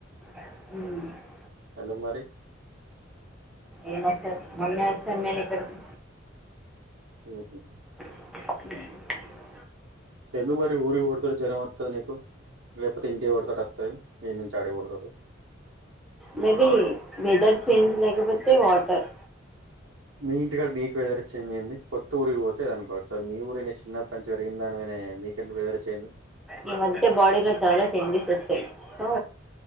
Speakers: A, in the centre; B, on the right.
A: అ
B: ఎందుకు మరి
A: ఎమో సార్ మొన్న వచ్చ నేన్క్కడికి
B: ఉహ్మ్
A: ఆ
B: ఎందుకు మరి ఊరి కొడతాడు జ్వరం వస్తది నీకు లేకపోతే ఇంటి కొడతాడు వస్తుంది ఇీం నుంచి ఆడి కొడతాడు
A: మేబీ వెదర్ చేంజ్ లేకపోతే వాటర్
B: మీఇంటికాడ నీకు వెదర్ చేంజ్ంది కొత్త ఊరి పోతేది అనుకోవచ్చు అది మీ ఊరుయినా చిన్నప్ప నుంచి పెరిగిన దానివ అ్యంది వెథెర్ చేంజ్
A: ఈ మధ్య బాడిలో చాలా చేంజెస్ వచ్చాయి సో